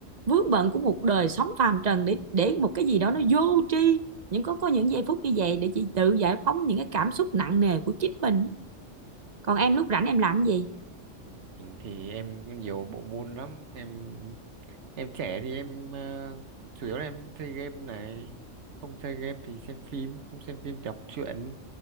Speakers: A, on the right (about 40°); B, on the right (about 65°).
A: vướng bận của một đời sống phàm trần để để một cái gì đó nó vô tri những có có những giây phút như vậy để chị tự giải phóng những cái cảm xúc nặng nề của chính mình còn em lúc rảnh em làm gì
B: mình thì em có nhiều bộ môn lắm em em trẻ thì em ờ, chủ yếu là em chơi game này không chơi game thì xem phim không xem phim thì đọc truyện